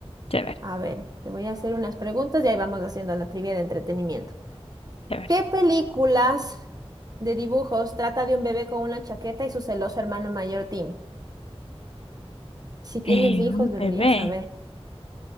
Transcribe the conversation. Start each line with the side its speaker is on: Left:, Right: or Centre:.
Left: Chévere,
Right: A ver, te voy a hacer unas preguntas y ahí vamos haciendo la trivia de entretenimiento.
Left: chévere.
Right: ¿Qué películas de dibujos trata de un bebé con una chaqueta y su celoso hermano mayor Tim? Si tienes
Left: Eh,
Right: hijos,
Left: un
Right: deberías
Left: bebé.
Right: saber.